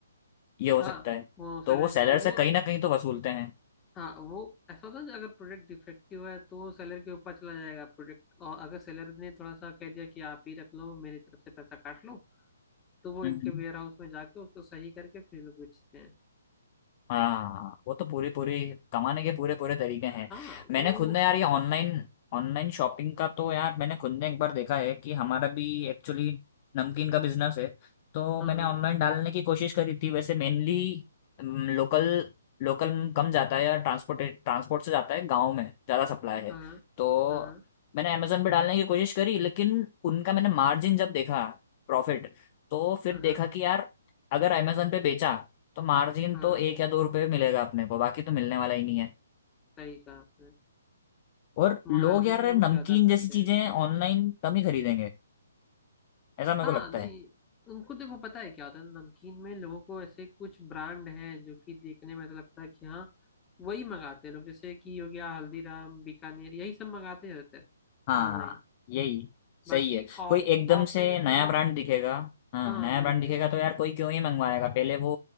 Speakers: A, on the left; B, on the left.
A: ये हो
B: हाँ
A: सकता है
B: वो सेलर
A: तो वो सेलर
B: के वो
A: से कहीं ना कहीं तो वसूलते हैं
B: हाँ वो ऐसा होता है ना, अगर प्रोडक्ट डिफेक्टिव है तो सेलर के ऊपर चला जाएगा प्रोडक्ट और अगर सेलर ने थोड़ा सा कह दिया कि आप ही रख लो मेरी तरफ से पैसा काट लो तो वो
A: हम्म।
B: इनके वेयर हाउस में जाके उसको सही करके फिर लोग बेचते हैं
A: हाँ वो तो पूरे पूरे कमाने के पूरे पूरे तरीके हैं
B: हाँ वो
A: मैंने खुद ने यार ये ऑनलाइन ऑनलाइन शॉपिंग का तो यार मैंने खुद ने एक बार देखा है कि हमारा भी एक्चुअली नमकीन का बिजनेस है तो
B: हाँ
A: मैंने ऑनलाइन डालने की कोशिश करी थी वैसे मेनली लोकल लोकल कम जाता है यार ट्रांसपोर्ट ट्रांसपोर्ट से जाता है गाँव में ज़्यादा सप्लाई है
B: हाँ
A: तो
B: हाँ
A: मैंने अमेजोन पे डालने की कोशिश करी लेकिन उनका मैंने मार्जिन जब देखा प्रॉफिट तो फिर
B: हाँ
A: देखा कि यार अगर अमेजोन पे बेचा तो मार्जिन
B: हाँ
A: तो एक या दो रुपए मिलेगा अपने को बाकी तो मिलने वाला ही नहीं है
B: सही कहा आपने
A: और
B: मार्जिन
A: लोग यार
B: वो लोग
A: नमकीन
B: ज्यादा खाते
A: जैसी चीजें
B: हैं
A: ऑनलाइन कम ही खरीदेंगे ऐसा मेरे
B: हाँ
A: को लगता
B: नहीं
A: है
B: उनको देखो पता है क्या होता है नमकीन में लोगों को ऐसे कुछ ब्रांड हैं जो कि देखने में ऐसा लगता है कि हाँ वही मंगाते हैं लोग जैसे कि हो गया हल्दीराम बीकानेर यही सब मंगाते रहते हैं
A: हाँ
B: ऑनलाइन
A: यही
B: बाकी
A: सही है
B: ऑफ
A: कोई एकदम
B: ऑफलाइन
A: से
B: इतना
A: नया ब्रांड दिखेगा हाँ
B: हाँ
A: नया
B: वही
A: ब्रांड दिखेगा
B: वही
A: तो यार कोई क्यों ही मंगवाएगा पहले वो